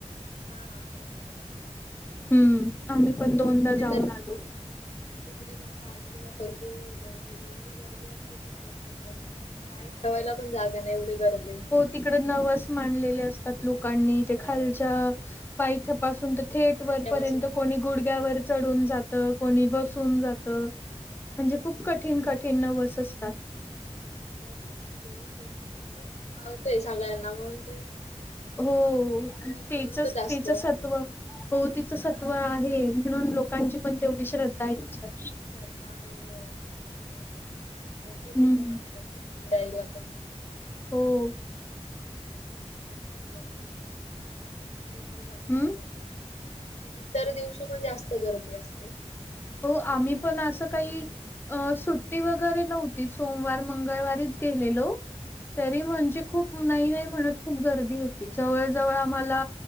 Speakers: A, on the left; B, on the left.
A: हा हा कारल्या -
B: हम्म. आम्ही पण
A: आणि
B: दोनदा
A: तिकडे
B: जाऊन
A: तर-
B: आलो.
A: तिकडे पण पालखीला भरपूर गर्दी. एवढी गर्दी असते की प्रचंड सांग- पाय ठेवायला पण जागा नाही एवढी गर्दी.
B: तिकडे नवस माांनलेले असतात लोकांनी
A: हो
B: ते खालच्या- पायथ्यापासून तर थेट
A: पायथ्यापासून
B: वरपर्यंत कोणी गुडघ्यावर-
A: हो
B: चढून जात. कोणी बसून जात. म्हणजे
A: हा
B: खूप कठीण कठीण नवस असत-
A: दिवस आणि टी देवी पूर्ण म्हणजे पावतय सगळ्यांना म्हणून ते कोण
B: हो
A: ना कोणतरी नवस
B: तेचच
A: बोलतच
B: त्याच
A: असतो
B: सत्व हो तिचं सत्त्व आहे म्हणून लोकांची पण तेवढी श्रद्धा आहे तिच्यावर
A: श्रद्धा आहे, भरपूर
B: हम्म
A: लोक मानतात आईला पण
B: हो.
A: भरपूर गर्दी असते, पालखीला तर जास्तच
B: हम्म
A: गर्दी आणि इतर दिवशी पण जास्त गर्दी असते, पालखीला
B: हो आम्ही
A: तर
B: पण
A: असतेच
B: असं
A: आणि
B: काही
A: इतर दिवशी
B: अ सुट्टी वगैरे नव्हती सोमवार मंगळवारीच गेलेलो. तरी म्हणजे खूप नाही नाही म्हणत खूप गर्दी होती जवळ जवळ आम्हाला